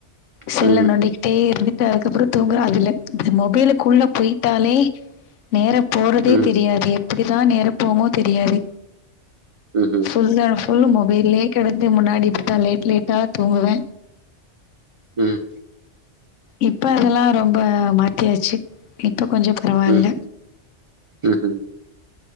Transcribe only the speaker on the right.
ம்ஹூம் ம்
ம்
ம்ஹூம்
ம்
ம் ம்ஹூம்